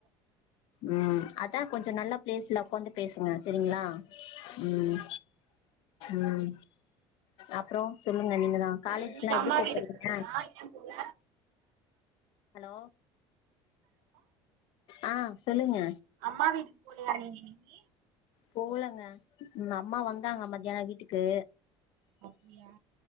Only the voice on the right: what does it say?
இன்னைக்கு
அம்மா
வீட்டுக்கு
போலயா ஏன் போல
அம்மா வீட்டுக் போலயா நீங் இன்னக்கி
அப்டியா